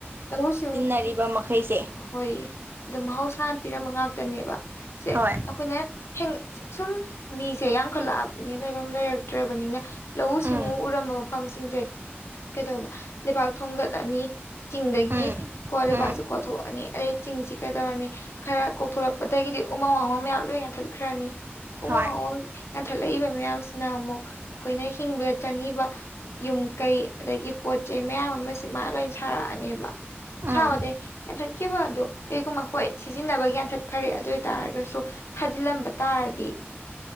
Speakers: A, on the left (about 75°); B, on the right (about 55°).
A: ꯂꯧꯎ ꯁꯤꯡꯎ
B: ꯐꯥꯃꯔꯤꯕ ꯃꯛ ꯈꯩꯁꯦ
A: ꯍꯣꯏꯌꯦ ꯑꯗꯣ ꯃꯍꯧꯁꯥꯅ ꯄꯤꯔꯝꯕ ꯉꯥꯛꯇꯅꯦꯕ ꯁꯦ
B: ꯍꯣꯏ
A: ꯑꯩꯈꯣꯏꯅ ꯍꯦꯡ ꯁꯨꯝ ꯃꯤꯁꯦ ꯌꯥꯝꯈꯠꯂꯛꯑꯕꯅꯤ ꯂꯩꯐꯝ ꯂꯩꯔꯛꯇ꯭ꯔꯕꯅꯤꯅ ꯂꯧꯎ ꯁꯤꯡꯎ
B: ꯎꯝ
A: ꯎꯔꯝꯕ ꯃꯐꯝꯁꯤꯡꯁꯦ ꯀꯩꯗꯧꯕ ꯂꯩꯕꯥꯛ ꯊꯣꯡꯒꯠꯂꯅꯤ ꯆꯤꯡꯗꯒꯤ
B: ꯎꯝ
A: ꯀꯣꯜ ꯂꯩꯕꯥꯛꯁꯦ
B: ꯎꯝ
A: ꯀꯣꯊꯣꯛꯑꯅꯤ ꯑꯗꯩ ꯆꯤꯡꯁꯤ ꯀꯩꯗꯧꯔꯅꯤ ꯈꯔ ꯀꯣꯛꯊꯣꯔꯛꯄꯗꯒꯤꯗꯤ ꯎꯃꯪ ꯋꯥꯃꯪ ꯃꯌꯥꯝ ꯂꯣꯏ ꯌꯥꯟꯊꯠꯈ꯭ꯔꯅꯤ ꯎꯃꯪ
B: ꯍꯣꯏ
A: ꯋꯥꯃꯪ ꯌꯥꯟꯊꯠꯂꯏꯕ ꯃꯌꯥꯝꯁꯤꯅ ꯑꯃꯨꯛ ꯑꯩꯈꯣꯏꯅ ꯍꯤꯡꯕꯗ ꯆꯪꯉꯤꯕ ꯌꯨꯝ ꯀꯩ ꯑꯗꯒꯤ ꯄꯣꯠ ꯆꯩ ꯃꯌꯥꯝ ꯑꯃꯁꯤ ꯃꯥ ꯂꯣꯏ ꯁꯥꯔꯛꯑꯅꯦꯕ
B: ꯎꯝ
A: ꯁꯥꯕꯗꯩ ꯌꯥꯟꯊꯠꯈꯤꯕ ꯑꯗꯣ ꯀꯩꯒꯨꯝꯕ ꯍꯣꯏ ꯁꯤꯖꯤꯟꯅꯕ ꯌꯥꯟꯊꯠꯈꯔꯦ ꯑꯗꯨ ꯑꯣꯏ ꯇꯔꯒꯁꯨ ꯊꯥꯖꯤꯜꯂꯝꯕ ꯇꯥꯔꯗꯤ